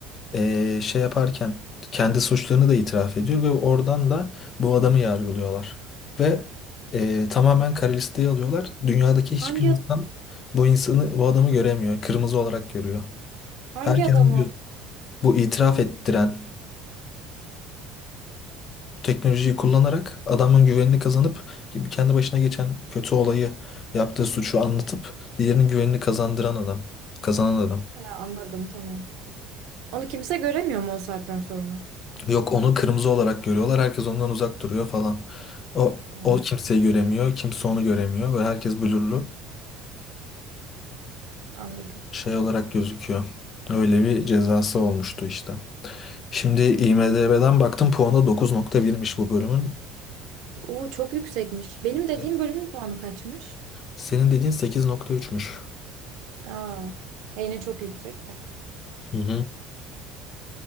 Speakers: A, on the left; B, on the right.
A: e, şey yaparken kendi suçlarını da itiraf ediyor ve oradan da bu adamı yargılıyorlar. Ve e, tamamen kara listeye alıyorlar. Dünyadaki hiçbir
B: Hangi
A: insan bu insanı, bu adamı göremiyor. Kırmızı olarak görüyor.
B: hangi
A: Herkesin
B: adamı?
A: göz- bu itiraf ettiren, bu teknolojiyi kullanarak adamın güvenini kazanıp gibi kendi başına geçen kötü olayı yaptığı suçu anlatıp diğerinin güvenini kazandıran adam, kazanan adam.
B: Ha, anladım tamam. Onu kimse göremiyor mu o saatten sonra?
A: Yok onu kırmızı olarak görüyorlar. Herkes ondan uzak duruyor falan. O
B: Hı,
A: o kimseyi göremiyor. Kimse onu göremiyor. ve herkes blurlu
B: anladım.
A: şey olarak gözüküyor. Öyle bir cezası olmuştu işte. Şimdi IMDb'den baktım puanı 9.1'miş bu bölümün.
B: Oo çok yüksekmiş. Benim dediğim
A: E,
B: bölümün puanı kaçmış?
A: Senin dediğin 8.3'müş.
B: Aa, e yine çok yüksek de.
A: Hı hı.